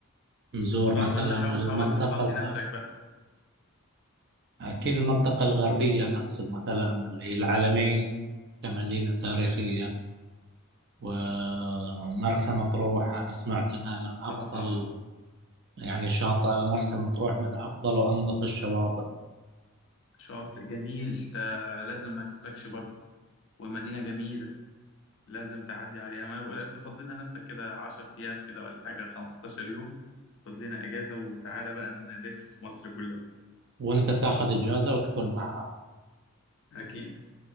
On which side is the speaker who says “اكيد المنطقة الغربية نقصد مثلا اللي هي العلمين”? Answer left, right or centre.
Right